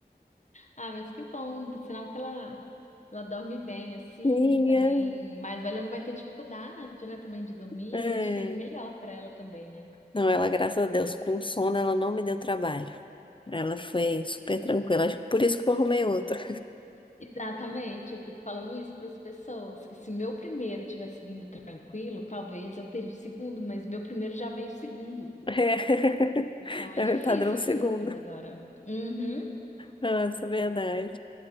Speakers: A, on the left; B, on the left.
A: Ah, mas que bom, sinal que ela, ela dorme bem assim
B: Minha.
A: e também mais velha não vai ter dificuldade, né, também de dormir,
B: É.
A: acho que é melhor pra ela também, né?
B: Não, ela, graças a Deus, com sono ela não me deu trabalho. Ela foi super tranquila, acho que por isso que eu arrumei outra.
A: Exatamente, eu fico falando isso para as pessoas, que se meu primeiro tivesse vindo tranquilo, talvez eu teria o segundo, mas meu primeiro já veio o segundo.
B: <laughs>
A: Então é
B: É,
A: difícil
B: é meu padrão segundo.
A: eu ter o segundo agora. Uhum.
B: Nossa, verdade.